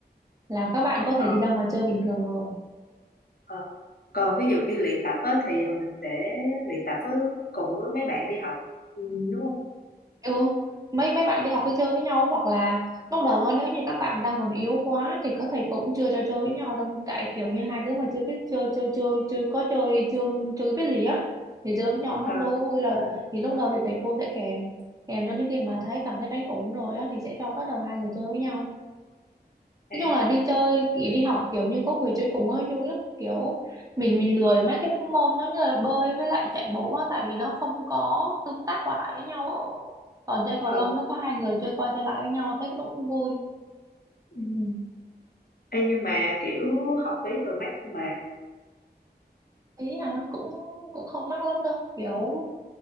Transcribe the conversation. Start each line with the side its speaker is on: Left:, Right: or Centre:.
Right: là các bạn có thể
Left: ờ.
Right: đi ra ngoài chơi bình thường rồi
Left: Ờ. Còn ví dụ
Right: ừ.
Left: như luyện tập á, thì ờ, mình sẽ luyện tập với cùng với mấy bạn đi học ừ, đúng không?
Right: ừ mấy mấy bạn đi học cứ chơi với nhau hoặc là lúc đầu á nếu như các bạn đang còn yếu quá thì các thầy cũng chưa cho chơi với nhau đâu tại kiểu như hai đứa mà chưa biết chơi chơi chơi chơi có chơi chưa chưa biết gì á thì chơi với nhau nó
Left: Ờ,
Right: đâu có vui đâu thì lúc đầu thì thầy cô sẽ kèm kèm cho đến khi mà thấy cảm thấy đánh ổn rồi á thì sẽ cho bắt đầu hai người chơi với nhau
Left: à,
Right: Nói chung là đi chơi kiểu đi học kiểu như có người chơi cùng ấy vui lắm kiểu mình mình lười mấy cái môn giống như là bơi với lại chạy bộ á tại vì nó không có tương tác qua lại với nhau á. còn chơi cầu
Left: ờ.
Right: lông nó có hai người chơi qua chơi lại với nhau thấy cũng cũng vui
Left: Ừ.
Right: ừ.
Left: Ê, nhưng mà kiểu học phí đồ mắc nhưng mà
Right: ý à cũng cũng không mắc lắm đâu kiểu